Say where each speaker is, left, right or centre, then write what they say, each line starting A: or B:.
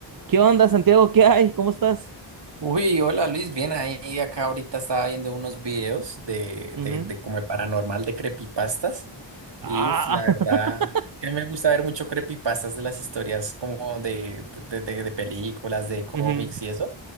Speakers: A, on the right; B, on the right.
A: ¿Qué onda, Santiago? ¿Qué hay? ¿Cómo estás?
B: Uy, hola Luis, bien ahí. Acá ahorita estaba viendo unos videos de,
A: Ujú.
B: de, de como de paranormal de creepypastas.
A: Ah,
B: Y uff, la verdad,
A: <laughs>
B: que me gusta ver mucho creepypastas de las historias como de, de, de- de películas, de cómics
A: ujú.
B: y eso.